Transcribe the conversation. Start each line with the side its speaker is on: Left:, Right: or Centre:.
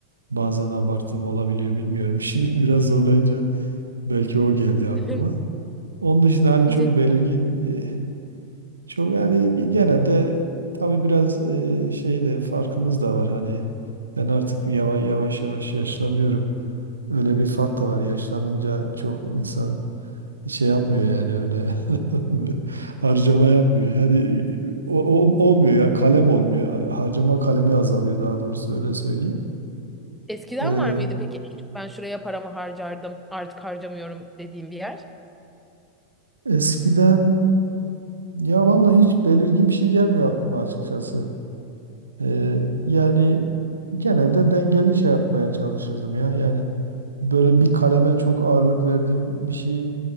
Right: Bazen abartım olabiliyor bilmiyorum. <laughs> Şimdi biraz zorlayınca belki o geldi aklıma.
Centre: <laughs>
Right: Onun dışında hani
Centre: Bir
Right: çok
Centre: tek
Right: belirgin e, Çok yani genelde tabii biraz e, şey de farkımız da var hani ben artık yavaş yavaş yavaş yaşlanıyorum. Öyle bir fark da var. Yaşlanınca çok insan şey yapmıyor yani öyle <laughs> harcama yapmıyor. Yani o- ol- olmuyor ya kalem olmuyor. Harcama kalemi azalıyor daha doğrusu öyle söyleyeyim.
Centre: Eskiden
Right: Ee,
Centre: var mıydı peki? En çok Ben şuraya paramı harcardım, artık harcamıyorum dediğim bir yer.
Right: eskiden ya vallahi hiç belirgin bir şey gelmiyor aklıma açıkçası. Ee, yani genelde dengeli şey yapmaya çalışırdım ya. Yani böyle bir kaleme çok ağırlık verdiğim bir şey